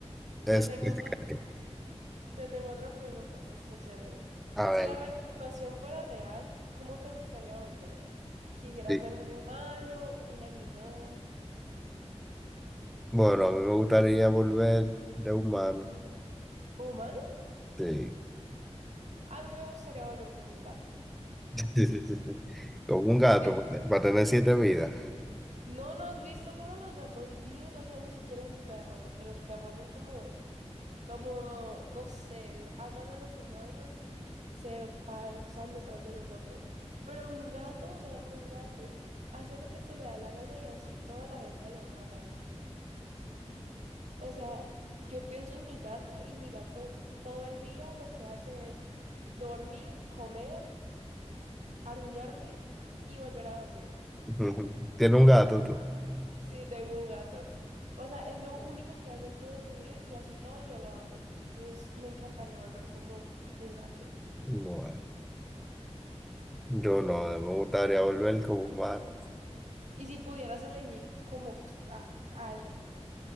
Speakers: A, in the centre; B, on the right.
A: es...
B: te tengo
A: <laughs>
B: Te tengo otra pregunta, esta está chévere.
A: A
B: Si
A: ver.
B: la reencarnación fuera real, ¿cómo te gustaría volver? ¿Quisiera
A: sí.
B: ser un humano, un animal?
A: Bueno, a mí me gustaría volver de humano.
B: ¿Humano?
A: Sí.
B: A mí me gustaría volver como un gato.
A: <laughs> Sí, sí, sí, sí. Como un
B: Es
A: gato,
B: que
A: para tener siete vidas.
B: no nos has visto cómo los gatos viven, o sea, ni siquiera un perro, porque los perros son como, como, no sé, aman a los humanos y se pasan detrás de nosotros. Pero un gato, o sea, un gato hace lo que se le da la gana y así toda la gente los ama. O sea, yo pienso en mi gato y mi gato todo el día lo que hace es dormir, comer, aruñarme y volver a dormir.
A: <laughs>
B: Ya.
A: ¿Tiene un gato tú?
B: Sí, tengo un gato. O sea, es lo único que hace en todo su día y así todo yo lo amo. Entonces me encantaría volver como un gato.
A: Bueno, yo no, me gustaría volver como humano.
B: Y si pudieras elegir como qui- a, a alguien,